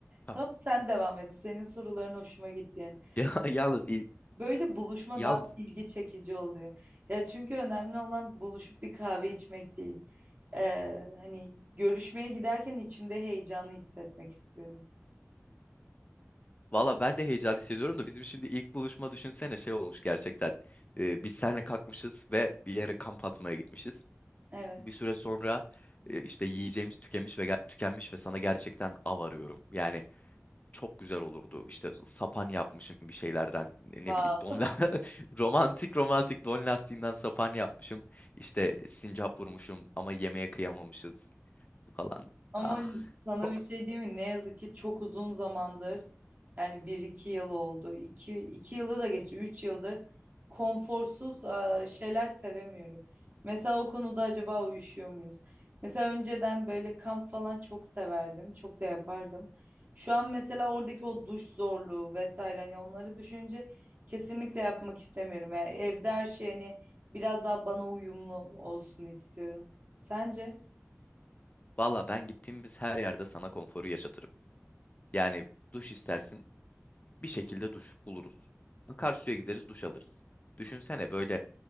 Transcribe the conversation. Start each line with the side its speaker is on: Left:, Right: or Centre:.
Left: Tamam.
Right: Tamam sen devam et. Senin soruların hoşuma gitti yani.
Left: <laughs> Ya, yalnız il-
Right: Böyle buluşma
Left: yalnız
Right: daha ilgi çekici oluyor. Ya çünkü önemli olan buluşup bir kahve içmek değil. Ee, hani görüşmeye giderken içimde heyecanı hissetmek istiyorum.
Left: valla ben de heyecan hissediyorum da bizim şimdi ilk buluşma düşünsene şey olmuş gerçekten. E, biz seninle kalkmışız ve bir yere kamp atmaya gitmişiz.
Right: Evet.
Left: Bir süre sonra e, işte yiyeceğimiz tükenmiş ve ger- tükenmiş ve sana gerçekten av arıyorum. Yani çok güzel olurdu. İşte sapan yapmışım bir şeylerden ne ne
Right: Vav.
Left: bileyim don la- <laughs> romantik romantik don lastiğinden sapan yapmışım. İşte sincap vurmuşum ama yemeğe kıyamamışız falan.
Right: Ama
Left: Ah.
Right: sana
Left: çok-
Right: bir şey diyeyim mi? Ne yazık ki çok uzun zamandır yani bir iki yıl oldu. iki, iki yılı da geçti. Üç yıldır konforsuz e, şeyler sevemiyorum. Mesela o konuda acaba uyuşuyor muyuz? Mesela önceden böyle kamp falan çok severdim. Çok da yapardım. Şu an mesela oradaki o duş zorluğu vesaire hani onları düşünce kesinlikle yapmak istemiyorum. Yani evde her şey hani biraz daha bana uyumlu olsun istiyorum. Sence?
Left: Valla ben gittiğimiz her yerde sana konforu yaşatırım. Yani duş istersin bir şekilde duş buluruz. Akarsuya gideriz duş alırız. Düşünsene böyle